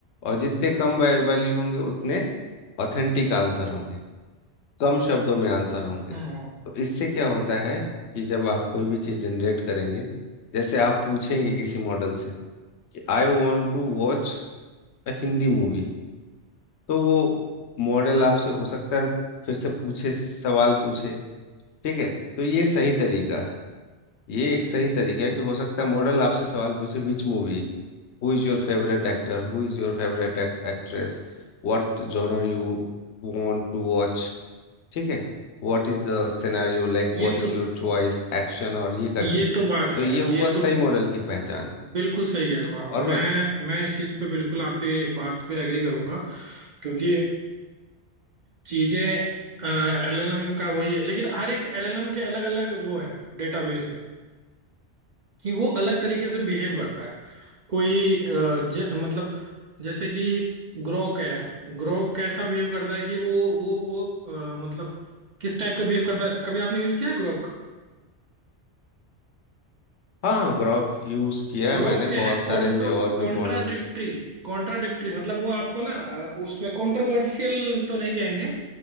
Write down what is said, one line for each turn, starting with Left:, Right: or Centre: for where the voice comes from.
Left: और जितने कम वैल्यू होंगे उतने ऑथेंटिक आंसर होंगे कम शब्दों में आंसर होंगे
Right: हम्म हम्म,
Left: तो इससे क्या होता है कि जब आप कोई भी चीज़ जनरेट करेंगे जैसे आप पूछेंगे किसी मॉडल से कि I
Right: हम्म।
Left: want to watch a Hindi movie तो वो मॉडल आपसे हो सकता है फिर से पूछे सवाल पूछे ठीक है तो ये सही तरीका है ये एक सही तरीका है कि हो सकता है मॉडल आपसे सवाल पूछे which movie Who is your favourite actor Who is your favourite actress What genre you want to watch ठीक है what is the scenario like
Right: ये
Left: What is
Right: तो
Left: your choice Action और ये करके
Right: ये तो बात
Left: तो
Right: है
Left: ये
Right: ये
Left: हुआ सही
Right: तो
Left: मॉडल की पहचान
Right: बिल्कुल सही कह
Left: ठीक
Right: रहे हो आप
Left: और
Right: मैं
Left: मैं
Right: मैं इस चीज पे बिल्कुल आप पे बात पे एग्री करूंगा क्योंकि चीजें एलएलएम का वही है लेकिन हर एक एलएलएम के अलग अलग वो है डेटाबेस है कि वो अलग तरीके से बिहेव करता है कोई अ, ज, मतलब जैसे कि ग्रोक है ग्रोक कैसा बिहेव करता है कि वो वो वो अ, मतलब किस टाइप का बिहेव करता है कभी आपने यूज किया है ग्रोक
Left: हाँ हाँ ग्ok यूज किया
Right: ग्रो
Left: है मैंने
Right: क्या
Left: बहुत
Right: है
Left: सारे
Right: कॉन्ट्रो
Left: भी और
Right: कॉन्ट्राडिक्टरी
Left: भी मॉडल्स
Right: कॉन्ट्राडिक्टरी मतलब वो आपको ना अ, उसमें कॉन्ट्रोवर्शियल तो नहीं कहेंगे